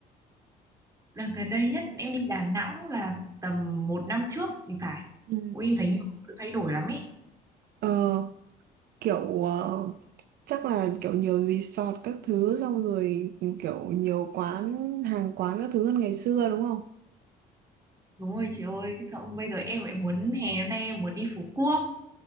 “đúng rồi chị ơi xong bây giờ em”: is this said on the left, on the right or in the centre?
Right